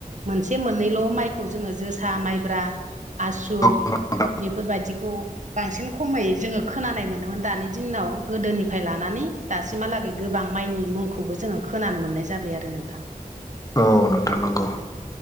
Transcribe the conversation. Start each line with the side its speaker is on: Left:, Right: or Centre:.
Right: मोनसे मोननैल' माइखौ जोङो जोसा माइब्रा आसु
Left: औ नोंथां
Right: बेफोरबायदिखौ बांसिन खमै जोङो खोनानाय मो मोनो दानि दिनाव गोदोनिफ्राय लानानै दासिमहालागै गोबां माइनि मुंखौबो जोङो खोनानो मोननाय जाबाय आरो नोंथां।
Left: औ नोंथां नंगौ